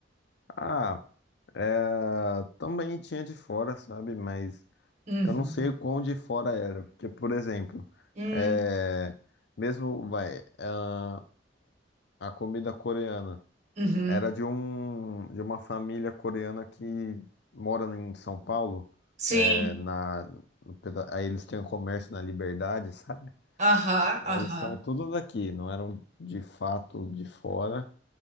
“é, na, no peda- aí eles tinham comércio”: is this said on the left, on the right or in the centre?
Left